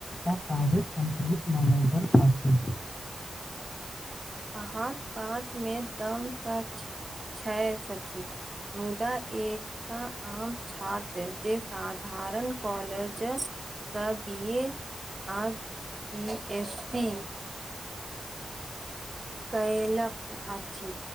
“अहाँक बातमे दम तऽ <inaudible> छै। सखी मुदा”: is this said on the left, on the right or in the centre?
Right